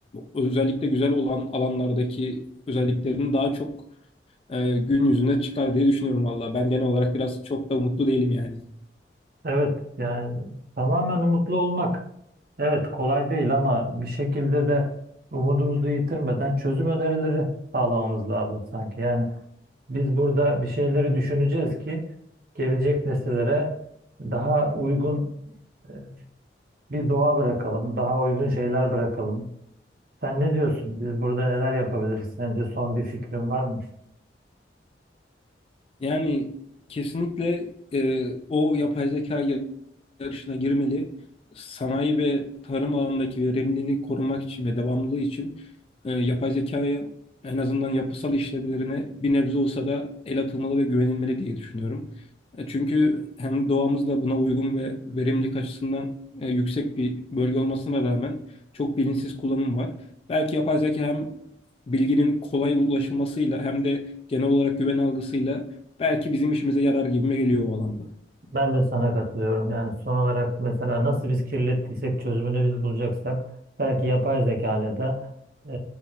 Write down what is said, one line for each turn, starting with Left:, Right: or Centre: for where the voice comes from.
Left: özellikle güzel olan alanlardaki özelliklerini daha çok e, gün yüzüne çıkar diye düşünüyorum valla. Ben genel olarak biraz çok da umutlu değilim yani.
Right: Evet yani tamamen umutlu olmak. Evet kolay değil ama bir şekilde de umudumuzu yitirmeden çözüm önerileri sağlamamız lazım sanki. Yani biz burada bir şeyleri düşüneceğiz ki gelecek nesillere daha uygun e, bir doğa bırakalım, daha uygun şeyler bırakalım. Sen ne diyorsun? Biz burada neler yapabiliriz? Sence son bir fikrin var mı?
Left: Yani kesinlikle e, o yapay zeka yaşına girmeli. Sanayi ve tarım alanındaki verimliliğini korumak için ve devamlılığı için e, yapay zekaya en azından yapısal işlevlerine bir nebze olsa da el atılmalı ve güvenilmeli diye düşünüyorum. E, Çünkü hem doğamız da buna uygun ve verimlilik açısından e, yüksek bir bölge olmasına rağmen çok bilinçsiz kullanım var. Belki yapay zeka hem bilginin kolay ulaşılmasıyla hem de genel olarak güven algısıyla belki bizim işimize yarar gibime geliyor o alanda.
Right: Ben de sana katılıyorum. Yani son olarak mesela nasıl biz kirlettiysek çözümünü biz bulacaksak belki yapay zeka ile de e,